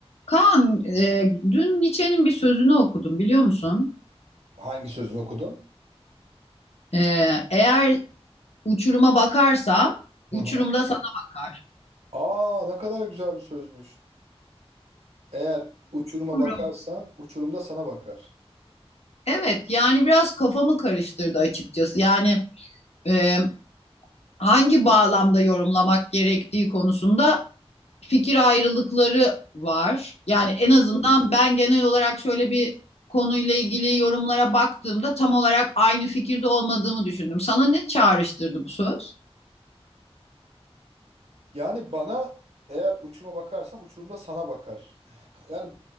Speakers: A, on the left; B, on the right.
A: Kaan, e, dün Nietzsche'nin bir sözünü okudum biliyor musun?
B: Hangi sözünü okudun?
A: E, eğer uçuruma bakarsan, uçurum
B: Hı hı.
A: da sana bakar.
B: Aa ne kadar güzel bir sözmüş. Eğer uçuruma
A: Bilmiyorum.
B: bakarsan uçurum da sana bakar.
A: Evet, yani biraz kafamı karıştırdı açıkçası. Yani e, hangi bağlamda yorumlamak gerektiği konusunda fikir ayrılıkları var. Yani
B: Hı
A: en
B: hı.
A: azından ben genel olarak şöyle bir konuyla ilgili yorumlara baktığımda tam olarak aynı fikirde olmadığımı düşündüm. Sana ne çağrıştırdı bu söz?
B: Yani bana eğer uçuruma bakarsan uçurum da sana bakar. Yani